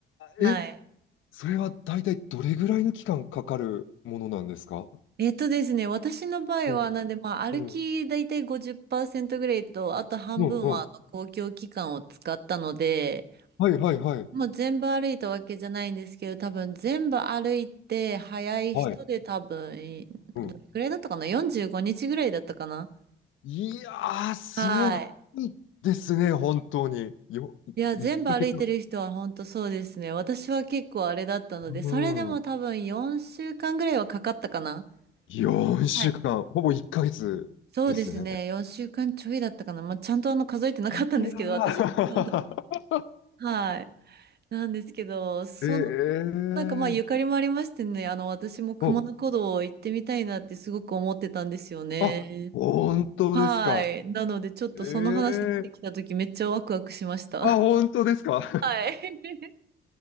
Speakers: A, on the right; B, on the left.
A: はい。
B: ー、え、それは大体どれぐらいの期間かかるものなんですか
A: えっとですね、私の場合は、
B: うん、
A: なんで、まあ、歩きだいたい50%
B: うん、
A: ぐらいと、あと半分はあの公共機関を使ったので、
B: うん、うん。はいはいはい。
A: もう全部歩いたわけじゃないんですけど、多分全部歩いて、早い人で多分、
B: はい。うん。
A: どれくらいだったかな ?45 日ぐらいだったかな
B: いやー、すごいですね、
A: はい。
B: 本当に。よ、
A: いや、
B: いヶ月。
A: 全部歩いてる人は本当そうですね。私は結構あれだったので、
B: うん。
A: それでも多分4週間ぐらいはかかったかな。
B: 4週間、
A: はい
B: ほぼ1ヶ月ですね。
A: そうですね。4週間ちょいだったかな。まあ、ちゃんとあの数えてなかったんですけど、
B: いやー。
A: 私。<laughs>
B: <laughs>
A: はい。なんですけど、その、
B: ええー。
A: なんかまあゆかりもありましてね、あの私も熊野古道行ってみたいなってすごく思ってたんですよね。
B: うん。あ、本当ですか。
A: はい。なのでちょっとその話出てきた時めっちゃワクワクしました。
B: ええあ、本当ですか。
A: <laughs> はい。